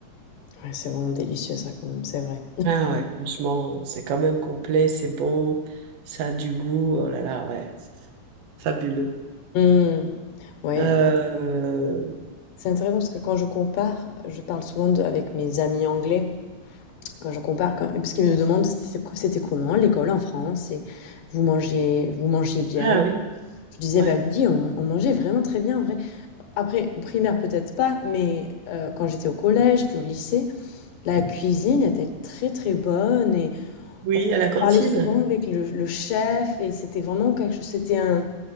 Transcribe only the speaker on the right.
Ah ouais, franchement, c'est quand même complet, c'est bon, ça a du goût. Oh là là, ouais, c'est fabuleux.
Euh,
ah oui,
ouais.
Oui,
à
la cantine.